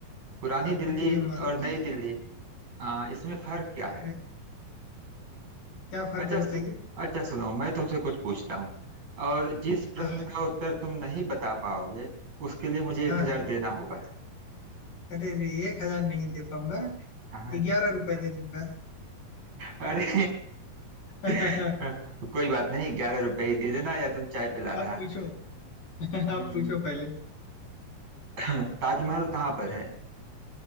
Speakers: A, on the right; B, on the left.
A: पुरानी
B: आपको
A: दिल्ली
B: तो ये मालूम
A: और नई
B: ही है
A: दिल्ली आ, इसमें फर्क
B: ठीक
A: क्या है
B: है क्या फर्क
A: अच्छा
B: है बताइए
A: सु, अच्छा सुनो मैं तुमसे कुछ पूछता हूँ और जिस प्रश्न
B: हाँ हाँ
A: का उत्तर तुम नहीं बता पाओगे उसके लिए मुझे
B: हाँ
A: एक हजार
B: हाँ।
A: देना होगा
B: अरे रे एक हजार नहीं दे पाऊंगा
A: हाँ हाँ।
B: ग्यारह रुपए दे दूंगा
A: अरे
B: <laughs>
A: <laughs> कोई बात नहीं ग्यारह रुपए ही दे देना या तुम चाय पिलाना
B: आप
A: है
B: पूछो <laughs>
A: हम्म
B: आप पूछो पहले
A: <clears throat> ताजमहल कहाँ पर है